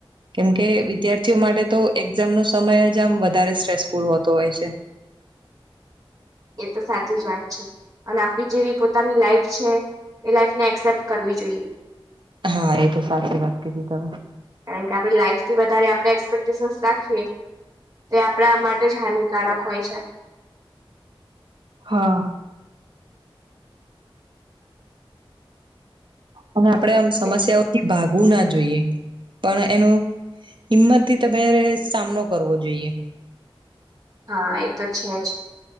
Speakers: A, on the right (about 55°); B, on the right (about 40°).
A: કેમકે વિદ્યાર્થીઓ માટે તો એક્ઝામનો સમય જ આમ વધારે સ્ટ્રેસફુલ હોતો હોય છે.
B: એતો સાચી જ વાત છે, અને આપડી જેવી પોતાની લાઈફ છે. એ લાઈફ ને એક્સેપ્ટ કરવી જોઈએ
A: હા એ તો સાચી વાત કીધી તમે
B: કારણ કે આપડી લાઈફથી વધારે આપડે એક્સપેક્ટેશનસ રાખીએ તે આપણે આ માટે જ હાનિકારક હોય છે.
A: હા. અને આપણે આમ સમસ્યાઓથી
B: છે
A: ભાગવું ના જોઈએ પણ એનું હિંમતથી તમે સામનો કરવો જોઈએ
B: હા એ તો છે, જ